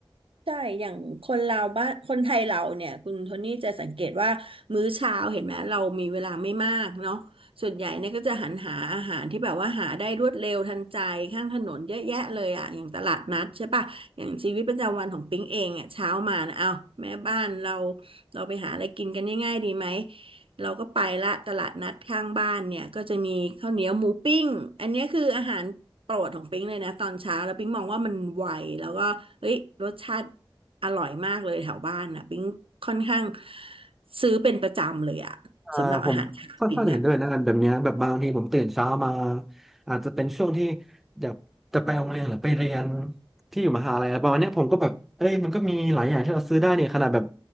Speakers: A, on the right; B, in the centre.
A: ใช่ อย่างคนเราบ้านคนไทยเราเนี่ย คุณโทนี่จะสังเกตว่ามื้อเช้าเห็นไหม เรามีเวลาไม่มากเนาะส่วนใหญ่เนี่ยก็จะหันหาอาหารที่แบบว่าหาได้รวดเร็วทันใจข้างถนนเยอะแยะเลยอ่ะอย่างตลาดนัดใช่ปะอย่างชีวิตประจำวันของปิ๊งเองอ่ะเช้ามานะเอาแม่บ้านเราเราไปหาอะไรกินกันง่ายๆดีไหม เราก็ไปละตลาดนัดข้างบ้านเนี่ยก็จะมีข้าวเหนียวหมูปิ้งอันเนี้ยคืออาหารโปรดของปิ๊งเลยนะตอนเช้าแล้วปิ๊งมองว่ามันไวแล้วก็เฮ้ยรสชาติอร่อยมากเลยแถวบ้านน่ะปิ๊งค่อนข้างซื้อเป็นประจำเลยอะสำหรับอาหารเช้าปิ๊งอะ
B: อ่าผมค่อนข้างเห็นด้วยนะกันแบบเนี้ยแบบบางทีผมตื่นเช้ามาอาจจะเป็นช่วงที่แบบจะไปโรงเรียนหรือไปเรียนที่อยู่มหาลัยอะไรประมาณเนี้ยผมก็แบบเอ้ยมันก็มีหลายอย่างที่เราซื้อได้เนี่ยขนาดแบบ